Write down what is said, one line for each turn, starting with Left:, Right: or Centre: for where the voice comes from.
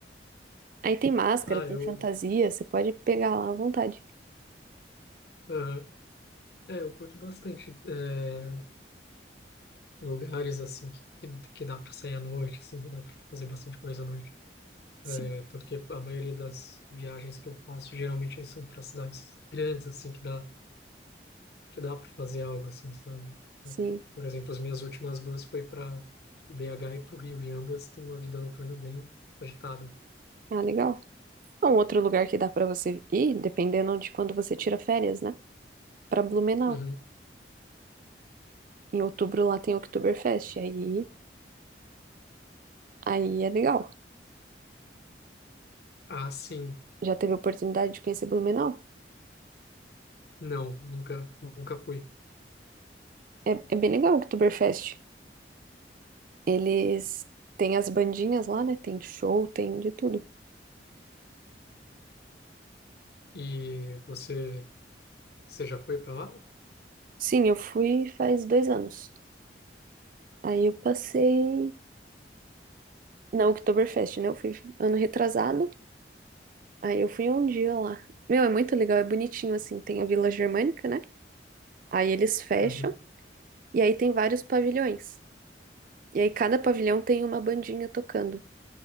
Right: Aí tem máscara,
Left: Ah,
Right: tem
Left: eu,
Right: fantasia, você pode pegar lá à vontade.
Left: aham. É, eu curto bastante é, lugares, assim, que, que que dá pra sair à noite, assim, que dá pra fazer bastante coisa à noite.
Right: Sim,
Left: É, tanto que a maioria das viagens que eu faço geralmente são para cidades grandes, assim, que dá, que dá para fazer algo assim, sabe? Então,
Right: sim.
Left: Por exemplo, as minhas últimas duas foi para BH e para o Rio, e ambas têm uma vida noturna bem agitada.
Right: Ah, legal. É Um outro lugar que dá pra você ir, dependendo de quando você tira férias, né? Pra Blumenau.
Left: Uhum.
Right: Em outubro lá tem Oktoberfest, aí, aí é legal. né?
Left: Ah, sim.
Right: já teve a oportunidade de conhecer Blumenau?
Left: Não, nunca, nunca fui.
Right: É, é bem legal o Oktoberfest. Eles têm as bandinhas lá, né? Tem show, tem de tudo.
Left: E você, você já foi para lá?
Right: Sim, eu fui faz dois anos. Aí eu passei na Oktoberfest, né? Eu fui ano retrasado. Aí eu fui um dia lá. Meu, é muito legal, é bonitinho assim. Tem a Vila Germânica, né? Aí eles fecham.
Left: Uhum,
Right: E aí tem vários pavilhões. E aí cada pavilhão tem uma bandinha tocando.